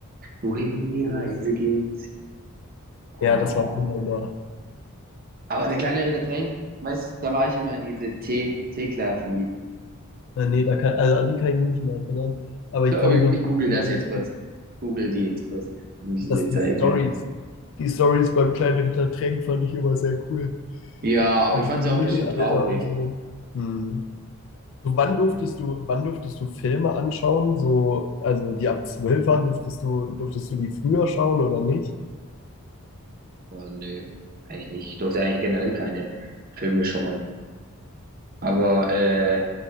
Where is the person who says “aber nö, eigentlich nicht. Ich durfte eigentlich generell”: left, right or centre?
Right